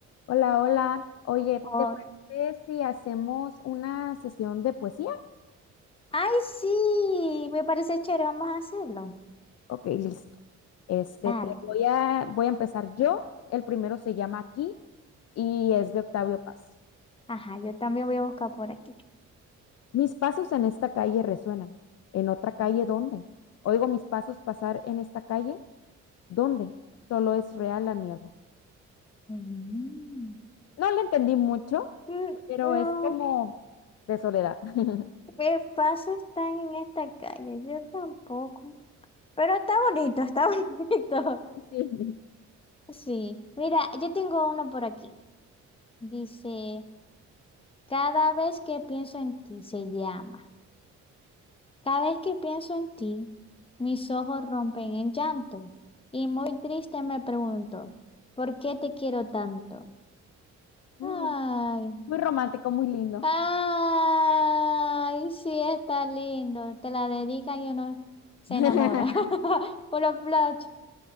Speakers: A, on the left; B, on the left.
A: Hola, hola. Oye,
B: Oh,
A: ¿te parece si hacemos una sesión de poesía?
B: ay, sí, me parece chévere, vamos a hacerlo.
A: Ok, listo. Este,
B: Dale.
A: te voy a, voy a empezar yo. El primero se llama Aquí y es de Octavio Paz.
B: Ajá, yo también voy a buscar por aquí.
A: Mis pasos en esta calle resuenan. ¿En otra calle dónde? Oigo mis pasos pasar en esta calle. ¿Dónde? Solo es real la niebla.
B: Mm.
A: No le entendí mucho,
B: Mm,
A: pero
B: No,
A: es como de soledad. <laughs>
B: ¿qué paso están en esta calle? Yo tampoco. Pero está bonito, está <laughs> bonito.
A: Sí.
B: Sí, mira, yo tengo uno por aquí. Dice, cada vez que pienso en ti, se llama. Cada vez que pienso en ti, mis ojos rompen en llanto. Y muy triste me pregunto, ¿por qué te quiero tanto?
A: Mm,
B: Ay,
A: muy romántico, muy lindo.
B: ay, sí está lindo. Te la dedican y uno se
A: <laughs>
B: enamora. <laughs> Puro flash.